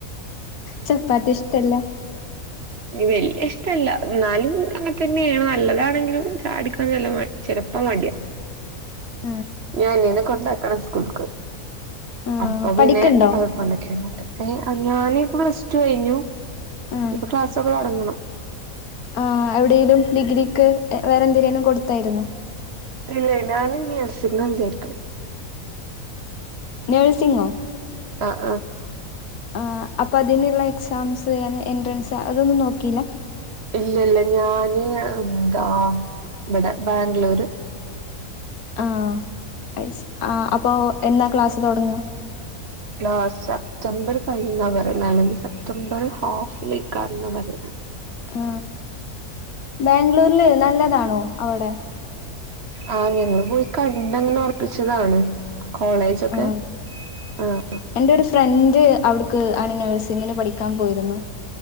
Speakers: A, on the left; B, on the right.
A: ചപ്പാത്തി ഇഷ്ടല്ല
B: വെല്ല്യ ഇഷ്ടല്ല. ന്നാലും അങ്ങെത്തന്നേണ് നല്ലതാണെങ്കിലും ചായടിക്കാൻ ചെലപ്പോ മടിയ
A: <unintelligible>
B: ഞാനിയനെ കൊണ്ടാക്കണം സ്കൂൾക്ക്
A: ആ
B: അപ്പൊ പിന്നെ
A: പഠിക്കണ്ടോ
B: അത്‌ കൊണ്ടാക്കി വന്നിട്ട്. ഞാനിപ്പോ പ്ലസ് ടു കഴിഞ്ഞു
A: ഏഹ്
B: ക്ലാസ്സോക്കെ തോടങ്ങണം
A: ആഹ് എവിടെലും ഡിഗ്രിക്ക് വേറെ എന്തിനേങ്കിലും കൊടുത്തായിരുന്നോ
B: ഇല്ലേ ഞാന് നി നേഴ്സിങ് വിചാരിക്കണ്.
A: നേഴ്സിങ്ങോ?
B: ആഹ് ആഹ്
A: ആഹ് അപ്പൊ അതിനുള്ള എക്സാംസ് എൻട്രൻസ് അതൊന്നും നോക്കിയില്ല
B: ഇല്ലല്ല ഞാന് ന്താ വിടെ ബാംഗ്ലൂര്
A: ആഹ് ആ അപ്പൊ എന്നാ ക്ലാസ് തുടങ്ങ
B: ആ സെപ്റ്റംബർ കഴിയുംന്നാ പറയണ, അല്ലെങ്കിൽ സെപ്റ്റംബർ ഹാഫ് ലേക്കാവും ന്നാ പറയണ
A: ആ ബാംഗ്ലൂരില് നല്ലതാണോ അവിടെ
B: ആഹ് ഞങ്ങള് പോയി കണ്ടങ്ങനെ ഉറപ്പിച്ചതാണ് കോളേജോക്കെ
A: ആഹ്
B: ആഹ.
A: എന്റെ ഒരു ഫ്രണ്ട് അവിടുക്ക് ആണ് നഴ്സിങ്ങിന് പഠിക്കാൻ പോയിരുന്നു